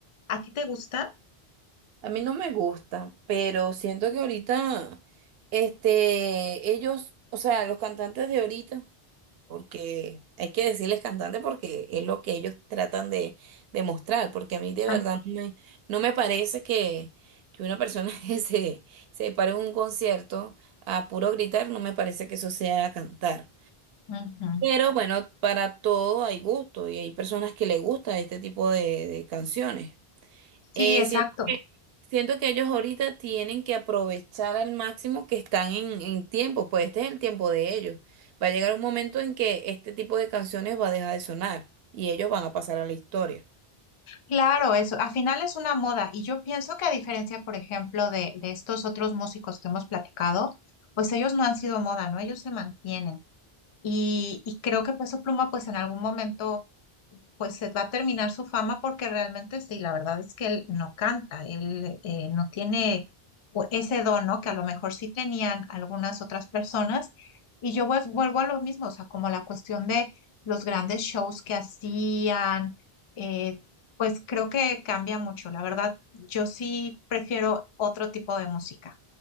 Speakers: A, on the left; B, on the right.
A: ¿A ti te gusta?
B: a mí no me gusta, pero siento que ahorita, este, ellos, o sea, los cantantes de ahorita porque hay que decirles cantante porque es lo que ellos tratan de, de mostrar, porque a mí de
A: Ah.
B: verdad no me, no me parece que, que una persona <laughs> que se, se pare en un concierto a puro gritar, no me parece que eso sea cantar.
A: Ujú.
B: Pero bueno, para todo hay gusto y hay personas que le gusta este tipo de, de canciones.
A: Sí,
B: Eh,
A: exacto.
B: siento que, siento que ellos ahorita tienen que aprovechar al máximo que están en, en tiempo, pues este es el tiempo de ellos. Va a llegar un momento en que este tipo de canciones va a dejar de sonar y ellos van a pasar a la historia.
A: Claro, eso, al final es una moda y yo pienso que a diferencia, por ejemplo, de, de estos otros músicos que hemos platicado, pues ellos no han sido moda, ¿no? Ellos se mantienen y, y creo que Peso Pluma pues en algún momento pues se va a terminar su fama porque realmente sí, la verdad es que él no canta, él eh, no tiene u- ese don, ¿no? Que a lo mejor sí tenían algunas otras personas. Y yo pues, vuelvo a lo mismo, o sea, como la cuestión de los grandes shows que hacían, eh, pues creo que cambia mucho. La verdad, yo sí prefiero otro tipo de música,